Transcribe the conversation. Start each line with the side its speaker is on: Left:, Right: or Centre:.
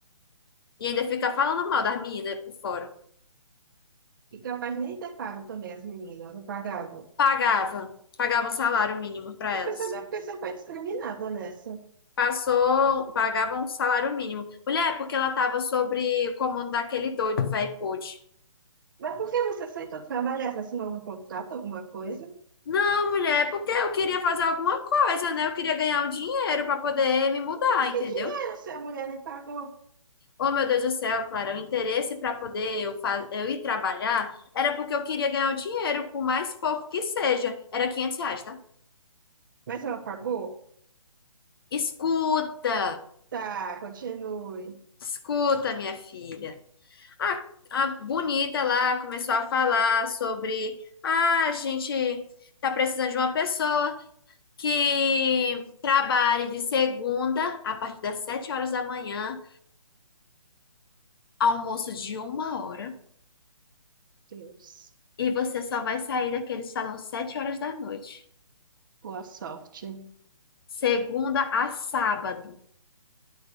Left: E ainda fica falando mal das meninas por fora.
Right: E capaz nem ter pago também as meninas, eu pagava.
Left: Pagava, pagava um salário mínimo para elas.
Right: Eu quero saber porque você foi discriminada nessa.
Left: Passou, pagava um salário mínimo. Mulher, porque ela tava sobre o comando daquele doido, velho pude.
Right: Mas por que você aceitou trabalhar? Você assinou um contrato, alguma coisa?
Left: Não, mulher, porque eu queria fazer alguma coisa, né? Eu queria ganhar um dinheiro para poder me mudar,
Right: Mas que
Left: entendeu?
Right: dinheiro se a mulher nem pagou?
Left: Oh, meu Deus do céu, Clara, o interesse para poder eu, fa- eu ir trabalhar era porque eu queria ganhar um dinheiro, por mais pouco que seja. Era 500 reais, tá?
Right: Mas ela pagou?
Left: Escuta,
Right: Tá, continue.
Left: escuta, minha filha. A, a bonita lá começou a falar sobre, ah, a gente tá precisando de uma pessoa que trabalhe de segunda a partir das sete horas da manhã, almoço de uma hora,
Right: Deus.
Left: e você só vai sair daquele salão sete horas da noite.
Right: Boa sorte.
Left: Segunda a sábado.